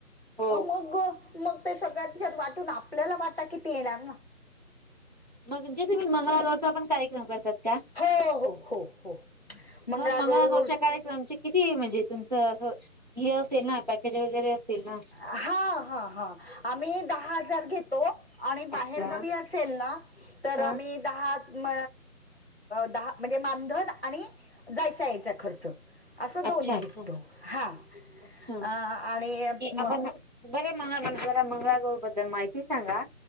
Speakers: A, on the right (about 30°); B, on the left (about 40°).
A: हो
B: अम मग ग मग ते सगळ्यांच्यात वाटून आपल्याला वाटा किती येणार ना
A: मग जे तुम्ही मंगळागौरचा पण कार्यक्रम करतात का
B: हो हो हो हो मंगळागौर
A: मग मंगळागोरच्या कार्य आमचे किती म्हणजे तुमचं हे असेल ना पॅकेज वगैरे असेल ना
B: हा, हा, हा आम्ही दहा हजार घेतो आणि
A: अच्छा
B: बाहेर गावी असेल ना तर
A: ह
B: आम्ही दहा म दहा म्हणजे मानधन आणि जायचा यायचा खर्च असं
A: अच्छा
B: दोन्ही घेतो
A: अच्छा
B: हा
A: अच्छा
B: अ आणि म,
A: आपण बर मंग जरा मंगळागौर बद्दल माहिती सांगा